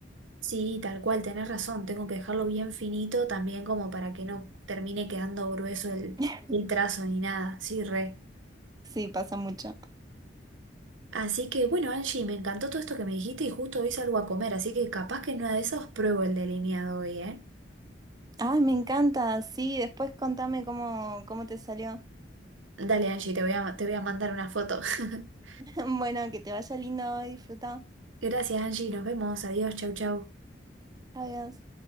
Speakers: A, on the right (about 85°); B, on the right (about 20°).
A: Sí, tal cual, tenés razón, tengo que dejarlo bien finito también como para que no termine quedando grueso el,
B: <laughs>
A: el trazo ni nada, sí, re.
B: Sí, pasa mucho.
A: Así que bueno, Angie, me encantó todo esto que me dijiste y justo hoy salgo a comer, así que capaz que en una de esas pruebo el delineado hoy, ¿eh?
B: Ay, me encanta. Sí, después contame cómo, cómo te salió.
A: Dale, Angie, te voy a, te voy a mandar una foto. <laughs>
B: <laughs> Bueno, que te vaya lindo y disfruta.
A: Gracias, Angie. Nos vemos. Adiós. Chau, chau.
B: Adiós.